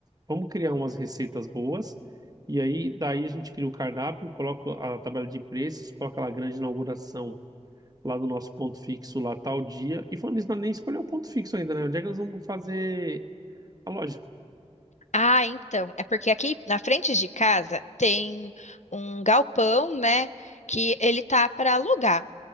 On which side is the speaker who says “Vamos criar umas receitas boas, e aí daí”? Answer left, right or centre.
Right